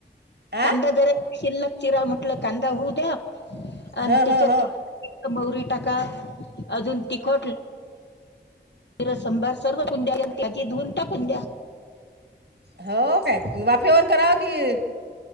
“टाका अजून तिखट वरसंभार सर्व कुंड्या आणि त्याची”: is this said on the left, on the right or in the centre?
Left